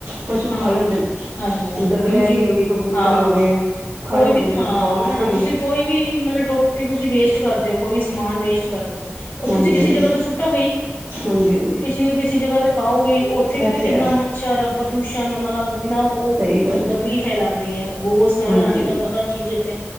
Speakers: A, on the right; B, on the left.
A: ਪਸ਼ੂ
B: ਹਾਂ
A: ਖਾ ਲੈਂਦੇ ਨੇ
B: ਹਾਂਜੀ ਹਾਂਜੀ
A: ਜਿੱਦਾਂ
B: ਹਾਂਜੀ
A: ਗਲਹਿਰੀ ਹੋ ਗਈ ਕਬੂਤਰ
B: ਹਾਂ
A: ਹੋ ਗਏ ਖਾ
B: ਕੋਈ
A: ਜਾਂਦੇ
B: ਵੀ
A: ਨੇ
B: ਹਾਂ
A: ਪਾਓਨਾਨਾਂੈਨ
B: ਹਾਂ
A: ਨੂੰ
B: ਤੁਸੀਂ ਕੋਈ ਵੀ ਮਤਲਬ ਟੋਪੀ ਤੁਸੀਂ ਵੇਸਟ ਕਰਦੇ ਹੋ ਕੋਈ ਵੀ ਸਮਾਨ ਵੇਸਟ ਕਰਦੇਓ ਉਹ ਤੁਸੀਂ
A: ਹਾਂਜੀ
B: ਕਿਸੇ
A: ਹਾਂਜੀ
B: ਜਗ੍ਹਾ ਤੇ ਸੁੱਟੋਗੇਈ
A: ਹਾਂਜੀ ਹਾਂਜੀ
B: ਕਿਸੇ ਨੂੰ ਕਿਸੇ ਜਗ੍ਹਾ ਤੇ ਪਾਓਗੇਈ ਉੱਥੇ ਵੀ
A: ਇਹ
B: ਤੇ ਕਿੰਨਾ
A: ਹੈ
B: ਮੱਛਰ ਪ੍ਰਦੂਸ਼ਣ ਮਤਲਬ ਬਿਨਾਂ ਉਹ
A: ਸਹੀ ਗੱਲ
B: ਗੰਦਗੀ
A: ਹੈ
B: ਫੈਲਾਉਂਦੀ ਹੈ ਬਹੁਤ ਸਮੈਲ
A: ਹਾਂਜੀ
B: ਆਉਣੀ ਹੈ ਤੁਹਾਨੂੰ
A: ਹਾਂਜੀ
B: ਪਤਾ ਚੀਜ਼ ਤੇ